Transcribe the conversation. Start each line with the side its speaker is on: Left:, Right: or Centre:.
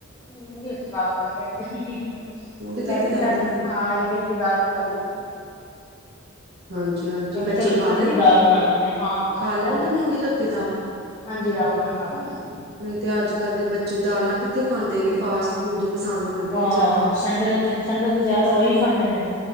Left: ਮੂੰਗੀ ਧੋਤੀ ਦਾਲ ਬਣਾਈਏ ਅੱਜ <unintelligible> ਕਹਿੰਦੇ
Right: ਮੂੰਗੀ ਧੋਤੀ
Left: ਸੀ
Right: ਦਾਲ
Left: ਰਾਤੀ
Right: ਬਣਾਈ
Left: ਹਾਂ ਹਲਕੀ-ਹਲਕੀ ਦਾਗ ਬਣਾ ਲਿਓ। <unintelligible>
Right: ਹਾਂਜੀ -ਹਾਂਜੀ
Left: ਮੈਂ ਕਿਹਾ
Right: ਬੱਚੇ
Left: ਚੱਲ ਹਲਕੀ
Right: ਖਾ
Left: ਫੁਲਕੀ
Right: ਲੈਂਦ,
Left: ਦਾਲ ਬਣਾ ਲੈਂਦੇ ਹਾਂ ਹਾਂ ਹਾਂ
Right: ਖਾ ਲੈਦੇ
Left: ਲੈਂਦਾ
Right: ਮੂੰਗੀ ਧੋਤੀ ਦਾਲ
Left: ਹਾਂਜੀ ਆਰਾਮ ਨਾਲ ਖਾ ਲੈਂਦੇ ਨ।
Right: ਨਹੀਂ ਤੇ ਅੱਜ ਕੱਲ੍ਹ ਦੇ ਬੱਚੇ ਦਾਲਾਂ ਕਿੱਥੇ ਖਾਂਦੇ ਨੇ ਫਾਸਟ ਫੂਡ ਪਸੰਦ ਕਰਦੇ
Left: ਹਾਂ
Right: ਆ ਜ਼ਿਆਦਾ
Left: ਸੰਡੇ ਨੂੰ -ਸੰਡੇ ਜ਼ਿਆਦਾਤਰ ਉਹੀ ਖਾਂਦੇ ਨੇ